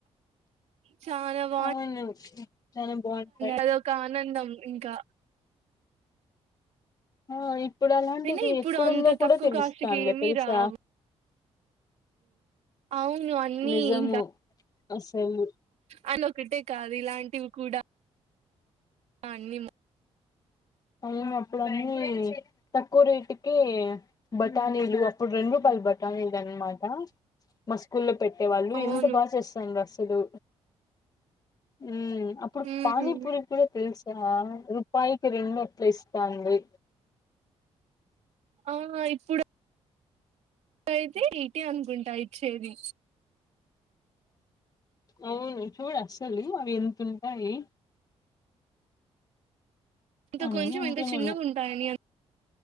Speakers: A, on the right (about 75°); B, on the left (about 35°).
A: చాలా బాన్
B: అవును చాలా బాగుంటాయి
A: అదొక ఆనందం ఇంకా
B: ఆ ఇప్పుడు అలాంటిది
A: అయినా ఇప్పుడు
B: ఎక్కడుందో
A: అంత
B: కూడా
A: తక్కువ
B: తెలుస్తానలే
A: కాస్ట్ కి ఏమి
B: తెలుసా
A: రావు అవును అన్నీ
B: నిజము
A: ఇంకా
B: అసలు
A: అన్ని ఒక్కటే కాదు ఇలాంటివి కూడా అన్ని
B: అ అప్పుడు అన్నీ తక్కువ రేటుకే బటానీలు అప్పుడు రెండు రూపాయల బటానీలు అన్నమాట మా స్కూల్లో పెట్టేవాళ్ళు
A: అవును
B: ఎంత బాగా చేస్తున్నారు అసలు యూ అప్పుడు
A: హ్మ్
B: పానీపూరి కూడా తెలుసా రూపాయికి రెండు పేస్ తాంది
A: ఆహా ఇప్పుడు అయితే ఇటీ అనుకుంటా ఇచ్చేది
B: అవును చూడు అసలు అవి ఎంత ఉంటాయి
A: ఇంత
B: అన్నీ
A: కొంచెం
B: అంతేనేమో
A: ఇంత చిన్నగా ఉంటాయని